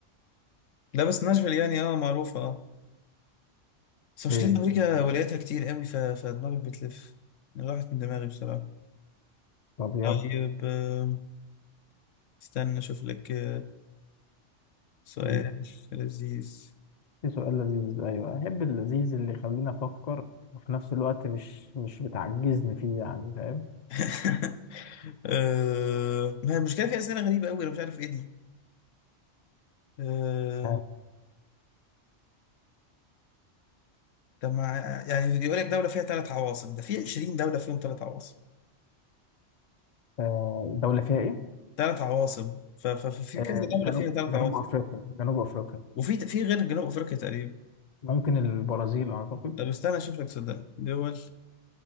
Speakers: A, on the left; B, on the left.
A: لا بس ناشفيل يعني اه معروفه اه بس مشكله
B: إيه
A: إن امريكا ولايتها كتير قوي ف... فدماغي بتلف راحت من دماغي بصراحه
B: طب يلا
A: طيب آه، استنى اشوف لك آه، سؤال
B: مم.
A: لذيذ
B: في سؤال لذيذ أيوة أحب اللذيذ اللي يخليني أفكر وفي نفس الوقت مش مش بتعجزني فيه يعني فاهم
A: <laughs> آه، ما هي المشكلة في أسئلة غريبة أوي أنا مش عارف إيه دي آه،
B: آه،
A: طب ما يعني يقول لك دولة فيها ثلاث عواصم ده في 20 دولة فيهم ثلاث عواصم
B: آه، دولة فيها إيه؟
A: ثلاث عواصم ف- ف- ففي
B: آه،
A: كذا دولة
B: جنوب
A: فيها ثلاث
B: جنوب
A: عواصم
B: أفريقيا جنوب أفريقيا
A: وفي في غير جنوب أفريقيا تقريبا
B: ممكن البرازيل أعتقد
A: طب استنى أشوف لك صدق دول